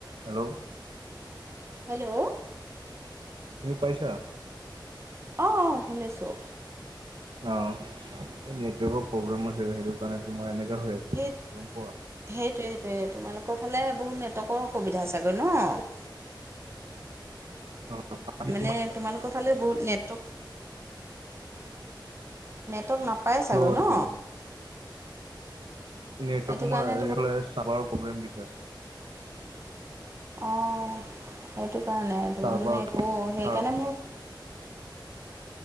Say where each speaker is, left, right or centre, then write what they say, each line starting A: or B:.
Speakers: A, on the right; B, on the right.
A: হেল্ল'।
B: হেল্ল'।
A: শুনি পাইছা?
B: অ, অ, অ শুনিছোঁ।
A: অ, এই নেটৱৰ্কৰ প্ৰব্লেম আছিল। সেইটো কাৰণে তোমাৰ এনেকা হৈ আছিল,
B: সেই
A: গম পোৱা?
B: সেইটোৱে সেইটোৱে সেইটো। তোমালোকৰ ফালে বহুত নেটৱৰ্কৰ অসুবিধা ছাগৈ ন?
A: অ আজি
B: মানে তোমালোকৰ ফালে বহুত নেটৱৰ্ক নেটৱৰ্ক নাপায়
A: শ্ল'
B: চাগৈ
A: একদম
B: ন?
A: নেটৱৰ্ক
B: সেইটো
A: তোমাৰ
B: কাৰণে
A: এৰিলে এ চাৰ্ভাৰ প্ৰব্লেম দিছে।
B: অ, সেটো কাৰণে তোমাৰ
A: চাৰ্ভাৰ
B: মানে একো সেইকাৰণে
A: চাৰ
B: মোৰ